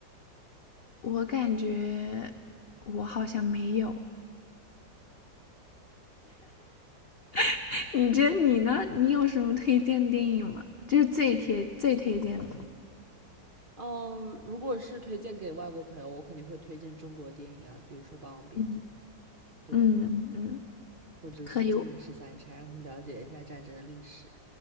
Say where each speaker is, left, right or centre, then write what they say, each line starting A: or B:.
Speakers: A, on the left; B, on the right.
A: 我感觉我好像没有。<laughs> 你这你呢？你有什么推荐电影吗？就是最贴最推荐的。
B: 哦，如果是推荐给外国朋友，我肯定会推荐中国电影啊，比如说《霸王别姬》，
A: 嗯
B: 对，
A: 嗯嗯，嗯
B: 或者是《金陵十三钗》，
A: 可以。
B: 让他们了解一下战争的历史。